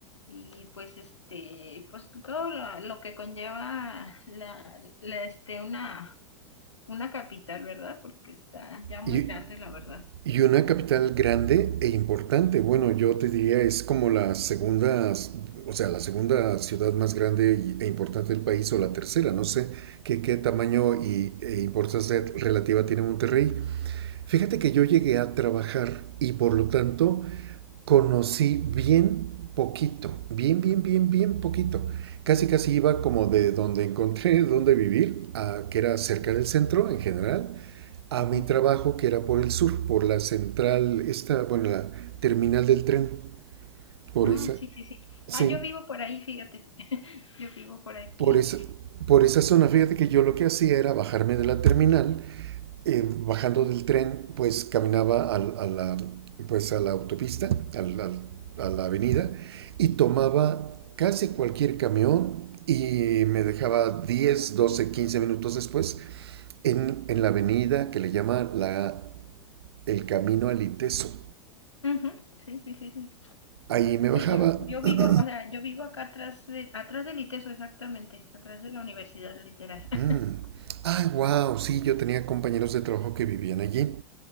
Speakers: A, on the left; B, on the right.
A: y pues, este, pues todo lo, lo que conlleva la, la, este, una, una capital, ¿verdad? Porque está ya muy
B: Y,
A: grande, la verdad.
B: y una capital grande e importante. Bueno, yo te diría es como la segunda, o sea, la segunda ciudad más grande y- e importante del país o la tercera. No sé qué, qué tamaño y, e importancia relativa tiene Monterrey. Fíjate que yo llegué a trabajar y por lo tanto conocí bien poquito, bien, bien, bien, bien poquito. Casi, casi iba como de donde encontré <laughs> donde vivir, a- que era cerca del centro en general, a
A: Ujú.
B: mi trabajo que era por el sur, por la central, esta, bueno, la terminal del tren, por
A: Ah,
B: esa,
A: sí, sí, sí.
B: sí,
A: Ah, yo vivo por ahí, fíjate. Yo vivo por aquí.
B: por esa, por esa zona. Fíjate que yo lo que hacía era bajarme de la terminal eh, bajando del tren, pues caminaba al, a, la, pues, a la autopista, al, al, a la avenida, y tomaba casi cualquier camión y me dejaba 10, 12, 15 minutos después en, en la avenida que le llama la, el Camino al Iteso.
A: Ujú, Sí, sí, sí, sí.
B: Ahí me
A: Sí,
B: bajaba.
A: yo, yo
B: <clears throat>
A: vivo,
B: <coughs>
A: o sea, yo vivo acá atrás de, atrás del ITESO, exactamente, atrás de la universidad, literal. <laughs>
B: mm. Ah, wow, sí, yo tenía compañeros de trabajo que vivían allí.